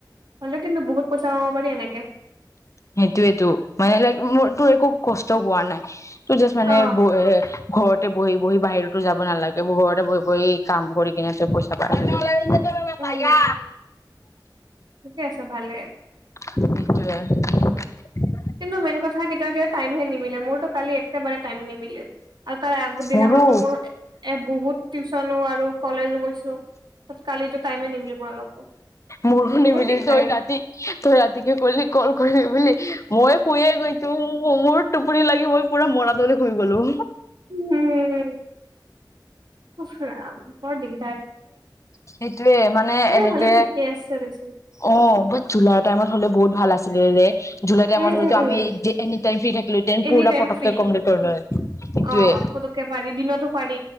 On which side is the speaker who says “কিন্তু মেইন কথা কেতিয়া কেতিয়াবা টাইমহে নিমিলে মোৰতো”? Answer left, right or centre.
Right